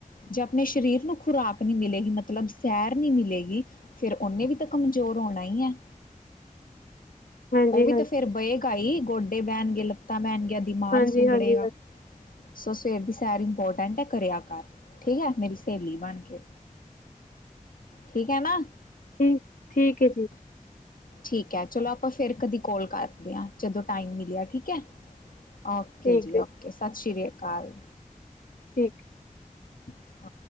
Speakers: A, on the left (about 85°); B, on the left (about 75°).
A: ਜੇ ਆਪਣੇ ਸ਼ਰੀਰ ਨੂੰ ਖੁਰਾਕ ਨਹੀਂ ਮਿਲੇਗੀ ਮਤਲਬ ਸੈਰ ਨਹੀਂ ਮਿਲੇਗੀ ਫੇਰ ਉਹਨੇ ਵੀ ਤਾਂ ਕਮਜ਼ੋਰ ਹੋਣਾ ਈ ਹੈ।
B: ਹਾਂਜੀ
A: ਉਹ ਵੀ ਤਾਂ ਫੇਰ ਬਹੇਗਾ ਈ ਗੋਡੇ ਬਹਿਣਗੇ ਲੱਤਾਂ ਬਹਿਣ ਗਿਆਂ ਦੀਮਾਾਨ
B: ਹਾਂਜੀ
A: ਸੁੰਗੜੇਗਾ।
B: ਹਾਂਜੀ ਹਾਂਜੀ
A: ਸੋ ਸਵੇਰ ਦੀ ਸੈਰ ਇੰਪੋਰਟੈਂਟ ਹੈ ਕਰਿਆ ਕਰ ਠੀਕ ਹੈ ਮੇਰੀ ਸਹੇਲੀ ਬਣ ਕੇ। ਠੀਕ ਹੈ ਨਾ?
B: ਹੂੰ ਠੀਕ ਏ ਜੀ।
A: ਠੀਕ ਹੈ ਚਲੋ ਆਪਾਂ ਫੇਰ ਕਦੀ ਕੋਲ ਕਰਦੇ ਆਂ ਜਦੋਂ ਟਾਈਮ ਮਿਲੇ ਮਿਲਯਾ ਠੀਕ ਹੈ? ਓਕੇ
B: ਠੀਕ
A: ਜੀ
B: ਹੈ
A: ਓਕੇ ਸਤਿ ਸ੍ਰੀ ਅਕਾਲ।
B: ਠੀਕ।
A: ਓਕੇ